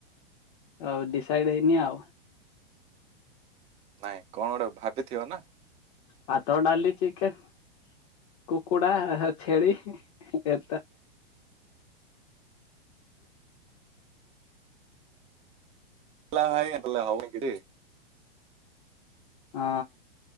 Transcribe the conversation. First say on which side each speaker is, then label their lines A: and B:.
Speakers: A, on the left; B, on the right.
A: ହଉ ଡିସାଇଡ ହେଇନି ଆଉ
B: ନାଇଁ କଣ ଗୋଟେ ଭାବିଥିବ ନା
A: ପାାତ ଡାଲି ଚିକେନ କୁକୁଡ଼ା ଛେଳି ଏ
B: ହାଇ ହଉ କେ
A: ହଁ